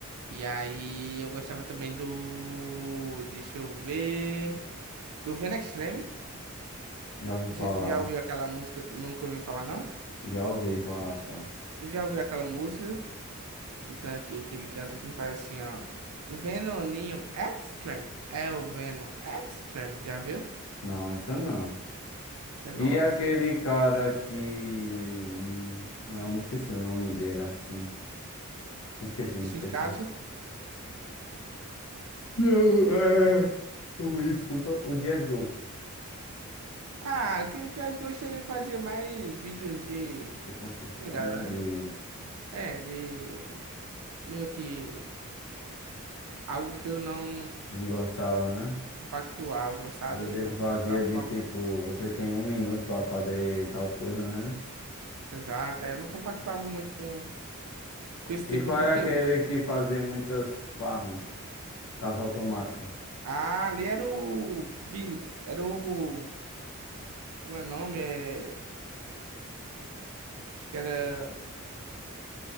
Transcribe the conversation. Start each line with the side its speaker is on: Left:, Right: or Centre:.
Right: E aí eu gostava também do. Deixa eu ver. Do Venom Extreme.
Left: Já ouvi
Right: Não
Left: falar,
Right: sei se tu já ouviu aquela música. Nunca ouviu falar, não?
Left: já ouvi falar só.
Right: Tu já ouviu aquela música que, can... que, que ele canta que faz assim, ó. Venoninho Extreme. É o Venom Extreme. Já viu?
Left: Não, essa não.
Right: Isso é
Left: E
Right: nova,
Left: aquele
Right: isso é nova.
Left: cara que... hum, Não, me esqueci o nome dele, assim. Me esqueci, me
Right: Circásio.
Left: esqueci. Não, é... Eu vou- Desculpa, o Dias Ghost,
Right: Ah, que o Jazz gostaria de fazer mais vídeos de.
Left: de construção,
Right: Tá ligado,
Left: né?
Right: né?
Left: De...
Right: É, de. Meio que. algo que eu não
Left: Não gostava, né?
Right: compactuava, sabe?
Left: Ele, ele
Right: Não
Left: fazia
Right: compactuava
Left: de
Right: com algo.
Left: tipo, você tem um minuto pra fazer tal coisa, né?
Right: Exato, aí eu não compactuava muito com, com esse
Left: E
Right: tipo
Left: qual
Right: de conteúdo.
Left: é aquele
Right: né?
Left: que fazia muitas farms? Casa automática.
Right: Ah, ali era o. Bi- Era o. Como é o nome? É... Acho que era.